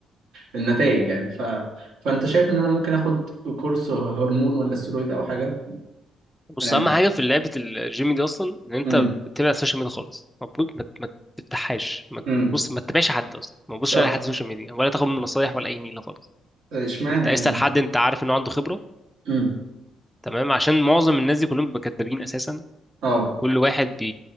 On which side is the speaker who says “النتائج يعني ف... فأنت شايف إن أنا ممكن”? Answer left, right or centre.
Right